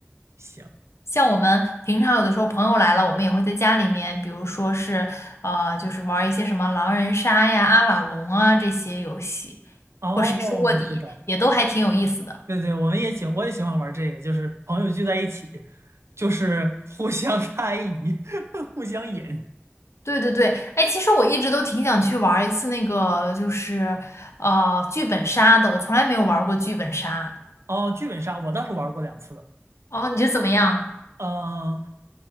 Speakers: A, on the right; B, on the left.
A: 行，
B: 像我们平常有的时候朋友来了，我们也会在家里面，比如说是呃，就是玩儿一些什么狼人杀呀、阿瓦隆啊这些游戏，
A: 哦，
B: 或谁是卧底，
A: 我知道，
B: 也都还挺有意思的。
A: 对对，我们也喜，我也喜欢玩这个，就是朋友聚在一起，就是 <laughs> 互相猜疑，<laughs> 互相引。
B: 对对对，哎，其实我一直都挺想去玩儿一次那个，就是呃剧本杀的，我从来没有玩儿过剧本杀。
A: 哦，剧本杀我倒是玩过两次，
B: 哦，你觉得怎么样？
A: 嗯、